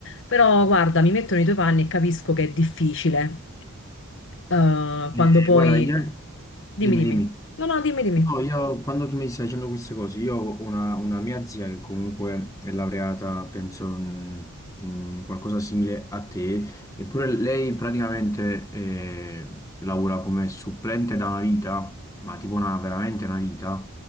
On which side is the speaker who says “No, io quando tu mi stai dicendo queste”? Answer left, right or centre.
Left